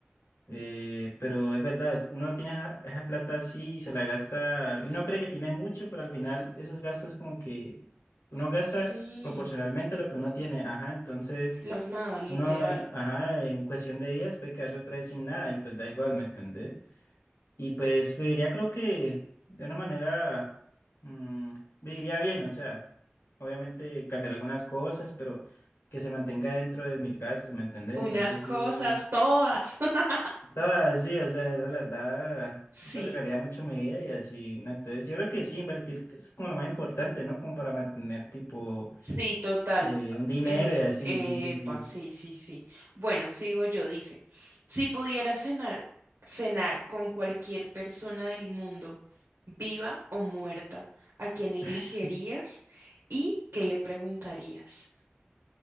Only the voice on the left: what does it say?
eh, pero es verdad, es- uno tiene esa, esa plata así y se la gasta, y uno cree que tiene mucho, pero al final esos gastos como que uno gasta
proporcionalmente a lo que uno tiene, ajá, entonces
uno, ajá, en cuestión de días puede quedarse otra vez sin nada y pues da igual, ¿me entendés? Y pues viviría creo que de una manera... mm, Viviría bien, o sea, obviamente cambiar algunas cosas, pero que se mantenga dentro de mis gastos, ¿me entendés?
Entonces
sí,
estaba sí, o sea, la verdad,
eso arreglaría mucho mi vida y así, ¿no? Entonces yo creo que sí, invertir es como lo más importante, ¿no? Como para mantener tipo
eh, un dinero
y así,
sí, sí, sí.
<laughs>